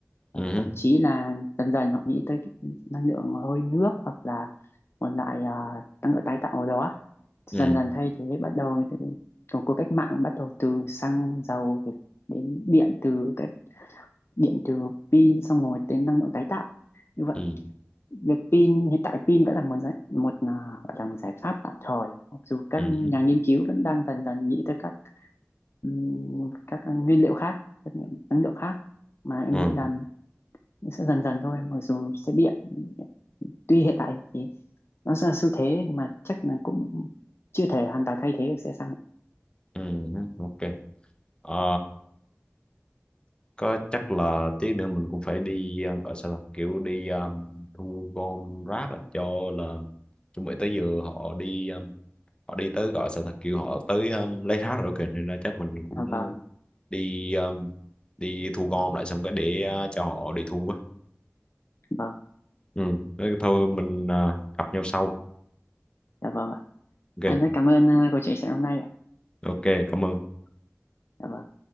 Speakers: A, on the left; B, on the left.
A: và
B: ừ ừ
A: thậm chí là dần dần họ nghĩ tới cái năng lượng hơi nước hoặc là một loại à, năng lượng tái tạo ở đó dần
B: ừ
A: dần thay thế bắt đầu từ của cuộc cách mạng bắt đầu từ xăng dầu đến điện từ cái điện từ pin xong rồi đến năng lượng tái tạo như vậy
B: ừ
A: việc pin hiện tại pin vẫn là một giải, một à, gọi là một giải pháp tạm thời mặc dù các
B: ừ
A: nhà
B: ừ
A: nghiên cứu vẫn đang dần dần nghĩ tới các ừm, các nguyên liệu khác các năng lượng khác mà em
B: ừ
A: nghĩ là sẽ dần dần thôi mặc dù xe điện tuy hiện tại thì nó sẽ là xu thế nhưng mà chắc là cũng chưa thể hoàn toàn thay thế được xe xăng
B: ừ, ừ, ok Ờ, có chắc là tí nữa mình cũng phải đi ờ, gọi sao ta kiểu đi ờ, thu gom rác á, cho là chuẩn bị tới giờ họ đi ờ, họ đi tới gọi sao ta kiểu họ tới ờ, lấy rác rồi kìa nên là chắc mình cũng
A: À, vâng
B: đi ờ, đi thu gom lại xong cái để ờ, cho họ đi thu á
A: vâng
B: ừ thế thôi mình ờ, gặp nhau sau
A: dạ vâng ạ.
B: ok
A: em rất cảm ơn ờ, cuộc chia sẻ hôm nay ạ
B: ok cảm ơn
A: Dạ vâng.